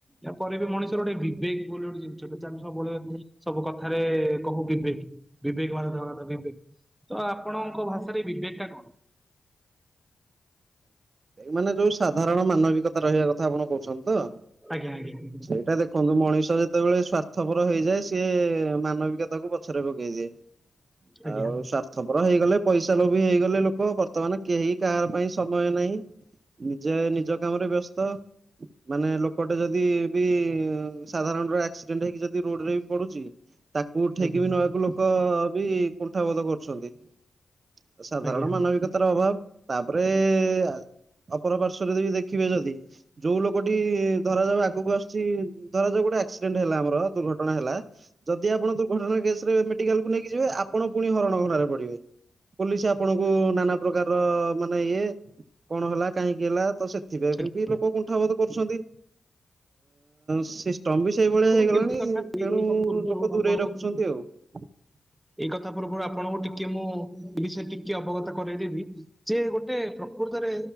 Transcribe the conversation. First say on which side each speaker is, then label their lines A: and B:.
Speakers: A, on the right (about 15°); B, on the right (about 55°).
A: ୟା ପରେ ବି ମଣିଷର ଗୋଟେ ବିବେକ ବୋଲି ଗୋଟେ ଜିନିଷମେ ସବୁବେଳେ ସବୁ କଥାରେ କହୁ ବିବେକ ବିବେକ ଭାରତ ଭାରତ ବିବେକ ତ ଆପଣଙ୍କ ଭାଷାରେ ବିବେକ ଟା କଣ?
B: ମାନେ ଯୋଉ ସାଧାରଣ ମାନବିକତା ରହିବା କଥା ଆପଣ କହୁଛନ୍ତି ତ?
A: ଆଜ୍ଞା ଆଜ୍ଞା।
B: ସେଇଟା ଦେଖନ୍ତୁ ମଣିଷ ଯେତେବେଳେ ସ୍ଵାର୍ଥପର ହେଇଯାଏ ସିଏ ମାନବିକତାକୁ ପଛରେ ପକେଇ ଦିଏ।
A: ଆଜ୍ଞା
B: ଆଉ ସ୍ଵାର୍ଥପର ହେଇଗଲେ ପଇସା ଲୋଭି ହେଇଗଲେ ଲୋକ ବର୍ତ୍ତମାନ କେହି କାହାର ପାଇଁ ସମୟ ନାହିଁ ନିଜେ ନିଜ କାମରେ ବ୍ୟସ୍ତ ମାନେ ଲୋକଟେ ଯଦି ବି ସାଧାରଣ ର ଆକ୍ସିଡେଣ୍ଟ ହେଇକି ଯଦି ରୋଡରେ ବି ପଡୁଛି ତାକୁ ଉଠେଇକି
A: ଆଜ୍ଞା
B: ବି ନବାକୁ ଲୋକ ବି କୁଣ୍ଠାବୋଧ କରୁଛନ୍ତି। ଆଉ ସାଧାରଣ
A: ଆଜ୍ଞା
B: ମାନବିକତାର ଅଭାବ ତାପରେ ଅପର ପାର୍ଶ୍ଵରେ ଯଦି ଦେଖିବେ ଯଦି ଯୋଉ ଲୋକଟି ଧରାଯାଉ ଆଗକୁ ଆସୁଛି ଧରାଯାଉ ଗୋଟେ ଆସି ଦୁର୍ଘଟଣା ହେଲା ଯଦି ଆପଣ ଦୁର୍ଘଟଣା କେସ ରେମେଡିକାଲକୁ ନେଇକି ଯିବେ ଆପଣ ପୁଣି ହରଣ ଘରାରେ ପଡିବେ ପୋଲିସ ଆପଣଙ୍କୁ ନାନା ପ୍ରକାରର ମାନେ ଇଏ କଣ ହେଲା କାହିଁକି ହେଲା ତ ସେଥିପାଇଁ
A: କିନ୍ତୁ
B: ବି ଲୋକ କୁଣ୍ଠାବୋଧ କରୁଛନ୍ତି। ସିଷ୍ଟମ୍ବ ସେଇଭଳିଆ ହେଇଗଲାଣି
A: କିନ୍ତୁ ଏ କଥା ଏଇ
B: ତେଣୁ
A: ଏଇ କଥା ପୂର୍ବରୁ
B: ଲୋକ ଦୂରେଇ
A: ଆପଣଙ୍କୁ
B: ରଖୁଛନ୍ତି ଆଉ <unintelligible>
A: ଏଇ କଥା ପୂଖରୁ ଆପଣଙ୍କୁ ଟିକେ ମୁଁ ଏ ବିଷୟରେ ଟିକେ ଅବଗତ କରାଇଦେବି ସେ ଗୋଟେ ପ୍ରକୃତରେ